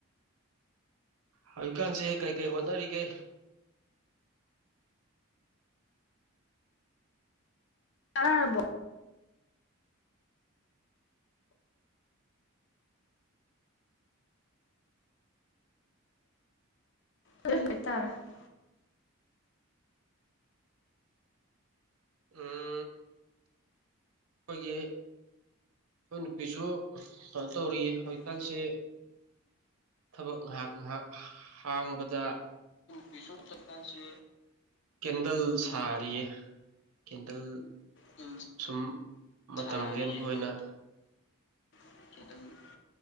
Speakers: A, on the right (about 85°); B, on the left (about 55°).
A: ꯍꯧꯖꯤꯛꯀꯥꯟꯁꯦ ꯀꯩ ꯀꯩ ꯍꯣꯠꯅꯔꯤꯒꯦ
B: ꯇꯔꯕꯣ <unintelligible>
A: ꯎꯝ ꯑꯩꯈꯣꯏꯒꯤ ꯑꯩꯈꯣꯏ ꯅꯨꯄꯤꯁꯨ ꯀꯩꯅꯣ ꯇꯧꯔꯤ ꯍꯧꯖꯤꯛꯀꯥꯟꯁꯤ
B: ꯑꯩꯈꯣꯏ
A: ꯊꯕꯛ ꯉꯥꯏꯍꯥꯛ ꯉꯥꯏꯍꯥꯛ ꯍꯥꯡꯕꯗ
B: ꯄꯤꯁꯣꯔ ꯆꯠꯀꯥꯟꯁꯤ
A: ꯀꯦꯟꯗꯜ ꯁꯥꯔꯤꯌꯦ ꯀꯦꯟꯗꯜ
B: ꯀꯦꯟꯗꯜ
A: ꯁꯨꯝ ꯃꯇꯝ
B: ꯁꯥꯔꯤꯌꯦ
A: ꯂꯦꯟꯕ ꯑꯣꯏꯅ
B: <unintelligible>